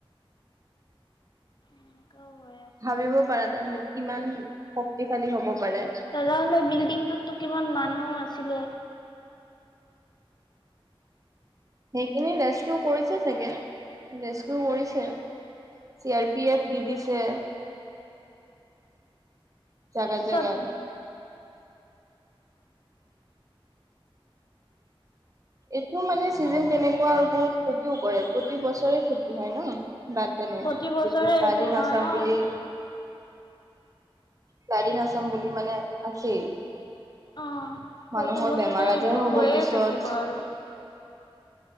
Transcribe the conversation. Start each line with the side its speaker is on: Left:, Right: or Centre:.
Left: এনেকুৱাও হৈ আছে
Right: ভাবিব পাৰা তেনে হ'লে কিমান শক্তিশালী হ'ব পাৰে।
Left: তেনেহ'লে বিল্ডিংটোতটো কিমান মানুহ আছিলে।
Right: সেইখিনি ৰেস্কিউ কৰিছে চাগে, ৰেস্কিউ কৰিছে। চি আৰ পি এফ দি দিছে। জাগাত
Left: পিছত
Right: জাগাত। এইটো মানে চিজন তেনেকুৱা আৰু বহুত ক্ষতিও কৰে, প্ৰতি বছৰে ক্ষতি হয় ন' বাট তেনে, <unintelligible>
Left: প্ৰতি বছৰে
Right: ফ্লাড
Left: এইটো
Right: ইন
Left: হয়
Right: আসাম
Left: অ',
Right: বুলি ফ্লাড ইন আসাম বুলি মানে আছেই!
Left: অ', প্ৰতি
Right: মানুহৰ
Left: বছৰে
Right: বেমাৰ আজাৰো
Left: এইটো
Right: হ'ব
Left: হৈয়ে
Right: পিছত।
Left: থাকিব আৰু।